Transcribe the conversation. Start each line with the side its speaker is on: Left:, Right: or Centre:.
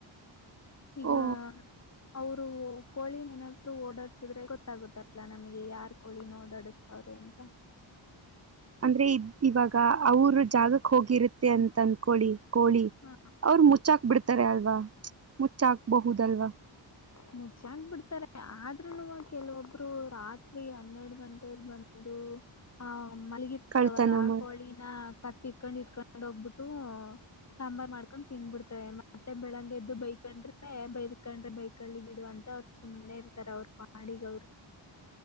Left: ಈಗ
Right: ಓ
Left: ಅವರು ಕೋಳಿಿನ ಏನಾದೂ ಓಡಾಡ್ಸಿದ್ರೆ ಗೊತ್ತಾಗುತ್ತಲ್ಲ ನಮಗೆ ಯಾರ್ ಕೋಳಿನ ಓಡಾಡಸ್ತವ್ರೆ ಅಂತ ತ್ತ
Right: ಅಂದ್ರೆ ಇವಾಗ ಅವ್ರ ಜಾಗಕ್ ಹೋಗಿರುತ್ತೆ ಅಂತ ಅನ್ಕೊಳ್ಳಿ ಕೋಳಿ
Left: ಹಾ
Right: ಅವರು ಮುಚ್ಚಾಕ್ ಬಿಿಡ್ತಾರೆ ಅಲ್ವಾ ಮುಚ್ಚಾಕ್ಬಹುದಲ್ವಾ
Left: ಮುಚ್ಚಾಗ ಬಿಡ್ತಾರೆ ಆದ್ರೂನುವ ಕೆಲವೊಬ್ರು ರಾತ್ರಿ ಹನ್ನೆರಡು ಗಂಟಲಿ ಬಂದು ಆ ಮಲಗಿ ಇರ್ತಾವಲ್ಲ
Right: ಕಳ್ತನ
Left: ಆ
Right: ಮಾಡ
Left: ಕೋಳಿನ ಕ ಇಟ್ಕೊಂಡ್ ಇಟ್ಕೊಂಡ್ ಹೋಗ್ಬಿಟ್ಟು ಸಾಂಬಾರ್ ಮಾಡ್ಕೊಂಡ ತಿಂದ್ಬಿಡ್ತವೆ ಮತ್ತೆ ಬೆಳಗ್ಗೆ ಬೈಕೊಂಡ್ರೆ ಬೈದಕಂಡ್ರೆ ಬೈಕಳ್ಳಿ ಬಿಡುುವ ಅಂತ ಅವ್ರು ಸುಮ್ಮ್ನೆ ಇರ್ತಾರ ಅವ್ರ ಪಿಗ ಅವರು